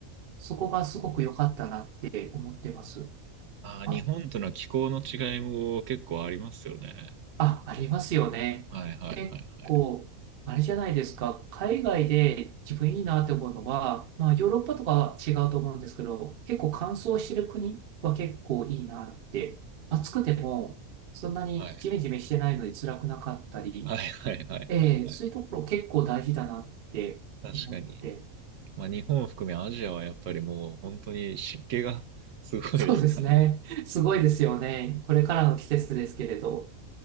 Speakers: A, on the right; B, on the right.
A: そこがすごく良かったなって思ってます。
B: ああ、
A: あ、
B: 日本との気候の違いも結構ありますよね。
A: あ、ありますよね。
B: はいはいはいはい。
A: 結構、あれじゃないですか。海外で自分いいなって思うのは、まあヨーロッパとかは違うと思うんですけど、結構乾燥してる国は結構いいなって。暑くても、そんなにジメジメしてないので辛くなかったり、
B: はい。はいはいはいはいはい。
A: ええそういうところ結構大事だなって思って。
B: 確かに。まあ日本を含めアジアはやっぱりもう本当に湿気がすごいですからね。
A: そうですね。<laughs> すごいですよね。これからの季節ですけれど。